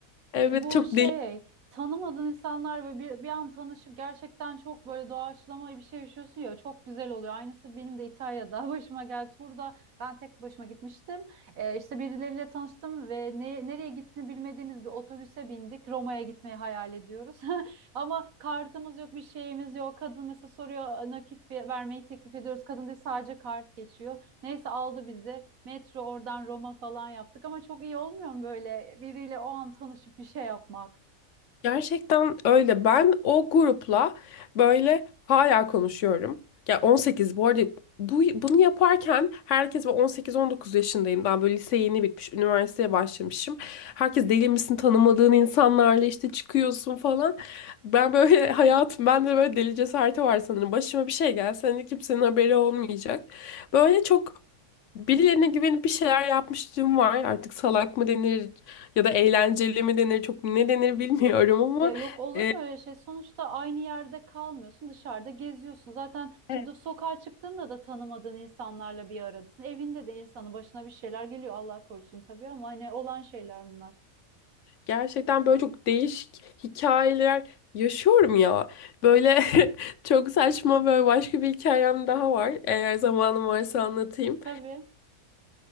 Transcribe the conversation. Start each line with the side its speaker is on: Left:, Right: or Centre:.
Left: Evet
Right: Ya bu
Left: çok
Right: şey tanımadığın insanlar ve bir, bir an tanışıp gerçekten çok böyle doğaçlama bir şey yaşıyorsun ya çok güzel oluyor. Aynısı benim de İtalya'da <laughs> başıma geldi. Turda ben tek başıma gitmiştim. Ee, işte birileriyle tanıştım ve ne, nereye gittiğini bilmediğimiz bir otobüse bindik. Roma'ya gitmeyi hayal ediyoruz. <laughs> Ama kartımız yok, bir şeyimiz yok. Kadın mesela soruyor nakit ver- vermeyi teklif ediyoruz. Kadın diyor sadece kart geçiyor. Neyse aldı bizi. Metro oradan Roma falan yaptık ama çok iyi olmuyor mu böyle biriyle o an tanışıp bir şey yapmak?
Left: Gerçekten öyle. Ben o grupla böyle hala konuşuyorum. Ya 18 bu arada bu, bunu yaparken herkes ben 18-19 yaşındayım. Daha böyle lise yeni bitmiş, üniversiteye başlamışım. Herkes deli misin tanımadığın insanlarla işte çıkıyorsun falan. Ben böyle <laughs> hayatım, bende böyle deli cesareti var sanırım. Başıma bir şey gelse hani kimsenin haberi olmayacak. Böyle çok Birilerine güvenip bir şeyler yapmışlığım var. Artık salak mı denir, ya da eğlenceli mi denir çok ne denir bilmiyorum ama
Right: Ya yok olur
Left: e,
Right: mu öyle şey? Sonuçta aynı yerde kalmıyorsun, dışarıda geziyorsun. Zaten şimdi
Left: Evet.
Right: sokağa çıktığında da tanımadığın insanlarla bir aradasın. Evinde de insanın başına bir şeyler geliyor Allah korusun tabii ama hani olan şeyler bunlar.
Left: gerçekten böyle çok değişik hikayeler yaşıyorum ya. Böyle <laughs> çok saçma böyle başka bir hikayem daha var. Eğer zamanım varsa anlatayım.
Right: Tabii.